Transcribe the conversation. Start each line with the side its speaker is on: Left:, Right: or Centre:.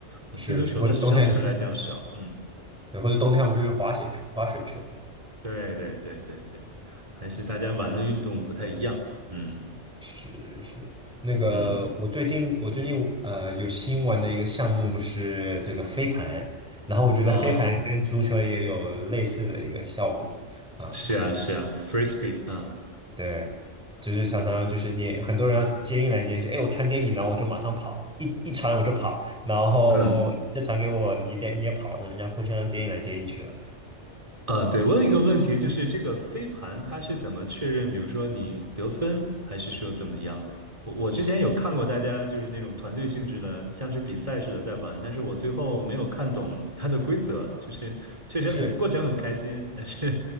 Right: 啊，
Centre: 是是，
Right: 踢足球的相对来讲少，
Centre: 或者冬天，
Right: 嗯。
Centre: 对，或者冬天我们就去滑雪去滑雪去了。
Right: 对对对对对，还是大家玩的运动不太一样。嗯
Centre: 是是，那个我最近我最近呃有新玩的一个项目是这个飞盘，
Right: 嗯，嗯
Centre: 然后我觉得飞盘跟足球也有类似的一个效果啊，
Right: 哦，是啊是啊，frisbee 啊，
Centre: 对，就是常常就是你很多人要接应来接应去，
Right: 对，
Centre: 哎，我传给你，然后我就马上跑，一一传我就跑，然后你再传给我，
Right: 嗯
Centre: 你得你也跑，那人家互相接应来接应去了，
Right: 啊，对，我有一个问题，就是这个飞盘它是怎么确认？比如说你得分，还是说怎么样？我我之前有看过大家就是那种团队性质的，像是比赛似的在玩，但是我最后没有看懂它的规则，就是确实很过程很开心，
Centre: 是。
Right: 但是